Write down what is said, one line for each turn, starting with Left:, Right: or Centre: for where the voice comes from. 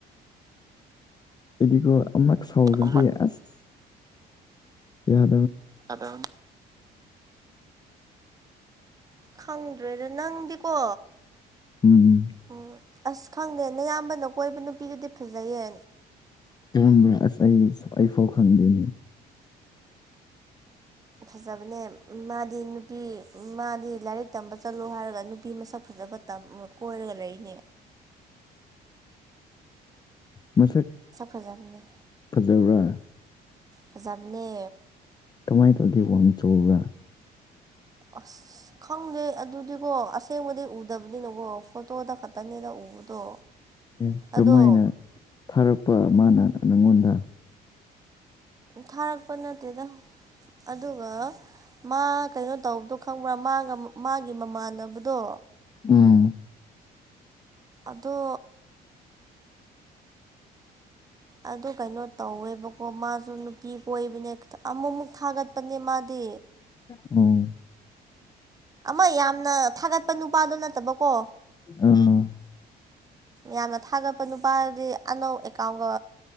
Left: ꯏꯗꯤꯀꯣ ꯑꯃꯛ ꯁꯥꯎꯔꯗꯤ
Right: ꯑꯃ
Left: ꯑꯁ ꯌꯥ
Right: ꯑꯗ <inaudible> ꯈꯪꯗ꯭ꯔꯦꯗ ꯅꯪꯗꯤꯀꯣ
Left: ꯎꯝ ꯎꯝ
Right: ꯎꯝ ꯑꯁ ꯈꯪꯗꯦ ꯅꯌꯥꯝꯕꯅ ꯀꯣꯏꯕ ꯅꯨꯄꯤꯗꯨꯗꯤ ꯐꯖꯩꯌꯦ
Left: ꯈꯪꯕ꯭ꯔꯥ ꯑꯁ ꯑꯩ ꯑꯩ ꯐꯥꯎ ꯈꯪꯗꯦꯅꯦ
Right: ꯐꯖꯕꯅꯦ ꯃꯥꯗꯤ ꯅꯨꯄꯤ ꯃꯥꯗꯤ ꯂꯥꯏꯔꯤꯛ ꯇꯝꯕ ꯆꯠꯂꯣ ꯍꯥꯏꯔꯒ ꯅꯨꯄꯤ ꯃꯁꯛ ꯐꯖꯕ ꯇꯝꯃꯒ ꯀꯣꯏꯔꯒ ꯂꯩꯔꯤꯅꯦ
Left: ꯃꯁꯛ
Right: ꯐꯖꯕꯅꯦ
Left: ꯐꯖꯕ꯭ꯔꯥ
Right: ꯐꯖꯕꯥꯅꯦ
Left: ꯀꯃꯥꯏꯅ ꯇꯧꯒꯦ ꯋꯥꯡ ꯆꯥꯎꯕ꯭ꯔꯥ
Right: ꯑꯁ ꯈꯪꯗꯦ ꯑꯗꯨꯗꯤꯀꯣ ꯑꯁꯦꯡꯕꯗꯤ ꯎꯗꯕꯅꯤꯅꯀꯣ ꯐꯣꯇꯣꯗ ꯈꯛꯇꯅꯦꯅ ꯎꯕꯗꯣ
Left: ꯑꯦ ꯀꯃꯥꯏꯅ
Right: ꯑꯗꯣ
Left: ꯊꯥꯔꯛꯄ ꯃꯥꯅ ꯅꯪꯉꯣꯟꯗ
Right: ꯊꯥꯔꯛꯄ ꯅꯠꯇꯦꯗ ꯑꯗꯨꯒ ꯃꯥ ꯀꯩꯅꯣ ꯇꯧꯕꯗꯣ ꯈꯪꯕ꯭ꯔꯥ ꯃꯥꯒ ꯃꯥꯒꯤ ꯃꯃꯥꯟꯅꯕꯗꯣ
Left: ꯎꯝ
Right: ꯑꯗꯣ ꯑꯗꯨ ꯀꯩꯅꯣ ꯇꯧꯋꯦꯕꯀꯣ ꯃꯥꯁꯨ ꯅꯨꯄꯤ ꯀꯣꯏꯕꯅꯦꯈꯤ ꯑꯃꯨꯛꯃꯨꯛ ꯊꯥꯒꯠꯄꯅꯦ ꯃꯥꯗꯤ
Left: ꯑꯝ
Right: ꯑꯃ ꯌꯥꯝꯅ ꯊꯥꯒꯠꯄ ꯅꯨꯄꯥꯗꯣ ꯅꯠꯇꯕꯀꯣ
Left: ꯑꯥ
Right: ꯌꯥꯝꯅ ꯊꯥꯒꯠꯄ ꯅꯨꯄꯥꯗꯤ ꯑꯅꯧ ꯀꯥꯎꯒ